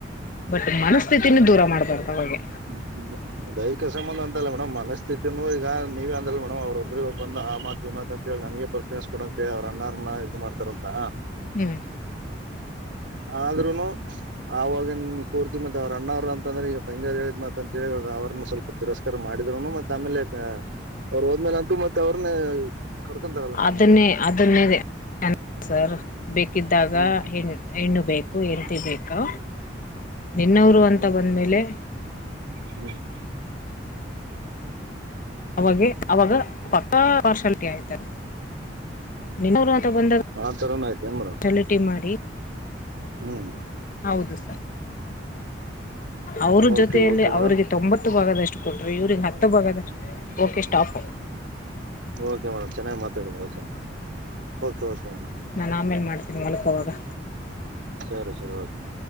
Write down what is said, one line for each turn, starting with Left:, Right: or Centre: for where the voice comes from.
Left: ಬಟ್ ಮನಸ್ಥಿತಿನ ದೂರ ಮಾಡ್ಬಾರ್ದ ಅವೆ
Right: ಹ್ಮ್ ದೈಹಿಕ ಸಂಬಂಧ ಅಂತಲ್ಲ ಮೇಡಮ್ ಮನಸ್ಥಿತತಿೂ ಈಗ ನೀವೇ ಅಂದಲ್ಲ ಮೇಡಮ್ ಅವ್ರೊಬ್ರಗ ಬಂದ ಆ ಮಾತ್ ಮತ್ ಅಂತ ಹೇಳಿ ನಮಗೆ ಪರ್ಫಮೆನ್ಸ್ ಕೊಡ ಅಂತ ಹೇಳ ಅವ್ರ ಅನ್ನಾರ್ನ್ನ ಇದದು ಮಾಡ್ತಾರ ಅಂತ
Left: ಹ್ಮ್
Right: ಆದ್ೂನು ಆವಾಗಿನ್ ಪೂರ್ತಿ ಮತ್ತೆ ಅವ್ರ ಅಣ್ಣವ್ರ ಅಂತಂದ್ರೆ ಈಗ ತಂಗ ಹೇಳಿದ್ ಮಾತ ಅಂತೇಳಿ ಇವಾಗ ಅವ್ರನ್ನ ಸ್ವಲ್ಪ ತಿರಸ್ಕಾರ ಮಾಡಿದ್ರುನು ಮತ್ತ ಆಮೇಲೆ ಅವ್ರರು ಹೋದ್ಮೇಲೆ ಅಂತು ಮತ್ತತ್ ಅವ್ರನ ಕರ್ಕೊಂತಾರಲ್ಲ ಮೇಡಮ್
Left: ಅದನ್ನೇ ಅದನ್ನೇ ಸರ್ ಬೇಕಿದ್ದಾಗ
Right: ಹ್ಮ್
Left: ಹೆಣ್ಣು ಹೆಣ್ಣು ಬೇಕು ಹೆತಿ ಬೇಕಾ ನಿನ್ನವರು ಅಂತ
Right: ಹ್ಮ್
Left: ಬಂದಮೇಲೆ
Right: ಹ್ಮ್
Left: ಅವಾಗ ಅವಾಗ ಪಕ್ಕಾ ಪಾರ್ಷಾಲಿಟಿ ಆಯ್ತಾರ ನ್ನೂರು ಅಂತ ಬಂದಾಗ
Right: ಆ ತರನು ಆಯ್ತ ಏನ್ ಮೇಡಮ್
Left: ಸಲಟಿ ಮಾಡಿ
Right: ಹ್ಮ್
Left: ಹೌದು ಸರ್ ಅವ್ರ
Right: ಓಕೆ
Left: ಜೊತೆಯಲ್ಲಿ
Right: ಓಕೆ ಮೇಡಮ್
Left: ಅವ್ರಿಗೆ ತೊಂಬತ್ತು ಭಾಗದಷ್ಟು ಕೊಟ್ರಿ ಇವ್ರಿಗೆ ಹತ್ತು ಬಾಗದ ಓಕೆ ಸ್ಟಾಪ
Right: ಓಕೆ ಮೇಡಮ್ ಚೆನ್ನಾಗಿ ಮಾತಾಡಿದಿದ್ದಾರೆ ಓಕೆ ಮೇಡಮ್ ಕ ಕೆ ಮೇಡಮ್
Left: ನಾನನ್ ಆಮೇಲೆ ಮಾಡ್ತೀನಿ ಮಲಕೋವಾಗ
Right: ಸರಿ ಸರಿ ಓಕೆ